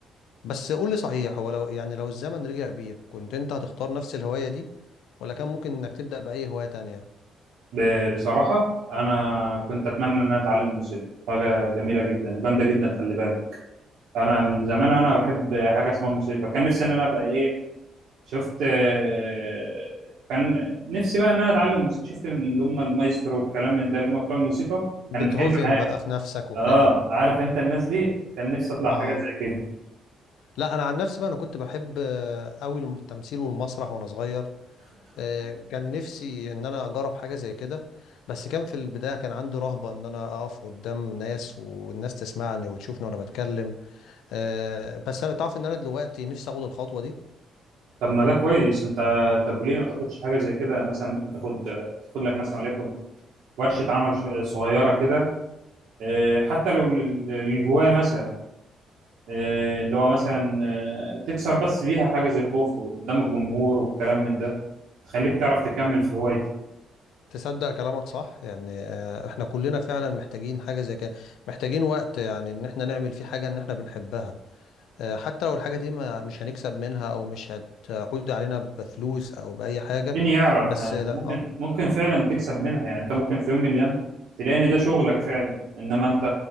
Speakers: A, on the left (about 85°); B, on the right (about 80°).
A: بس قول لي صحيح هو لو يعني لو الزمن رجع بيك كنت انت هتختار نفس الهواية دي ولا كان ممكن انك تبدأ بأي هواية تانية
B: ب- بصراحة أنا كنت أتمنى إن أنا أتعلم موسيقى حاجة جميلة جدا وجامدة جدا خلي بالك أنا من زمان وأنا بحب حاجة اسمها موسيقى كان نفسي إن أنا أبقى إيه شفت آه، كان نفسي بقى إن أنا أتعلم موسيقى شفت اللي هم المايسترو والكلام من ده اللي هم بتوع الموسيقى
A: بتهوفن
B: كان حلم حياتي
A: بقى في نفسك وكده
B: آه عارف أنت الناس دي كان نفسي أطلع
A: اه
B: حاجة زي كده
A: لا انا عن نفسي بقى انا كنت بحب آه، قوي التمثيل والمسرح وانا صغير آه، كان نفسي ان انا اجرب حاجه زي كده بس كان في البدايه كان عندي رهبه ان انا اقف قدام ناس والناس تسمعني وتشوفني وانا بتكلم آه، بس انا تعرف ان انا دلوقتي نفسي اخد الخطوه دي
B: طب ما ده كويس أنت طب ليه ما تاخدش حاجة زي كده مثلا ممكن تاخد تاخد لك مثلا وليكن ورشة عمل شو- صغيرة كده آه، حتى لو لل- للهواية مثلا آه، اللي هو مثلا آه، تكسر بس بيها حاجز الخوف قدام الجمهور والكلام من ده تخليك تعرف تكمل في هوايتك
A: تصدق كلامك صح يعني آه، احنا كلنا فعلا محتاجين حاجه زي كده محتاجين وقت يعني ان احنا نعمل فيه حاجه ان احنا بنحبها آه، حتى لو الحاجه دي ما مش هنكسب منها او مش هتعود علينا بفلوس او باي حاجه
B: مين يعرف
A: بس
B: يعني انت
A: لا
B: ممكن
A: اه
B: ممكن فعلا تكسب منها يعني انت ممكن في يوم من الايام تلاقي ان ده شغلك فعلا انما انت